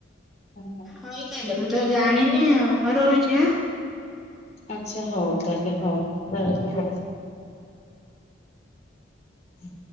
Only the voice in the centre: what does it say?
ହଉ ତାହେଲେ ମୁଁ ତ ଜାଣିନି ଆଉ ହଉ ରହୁଛି ଆଁ।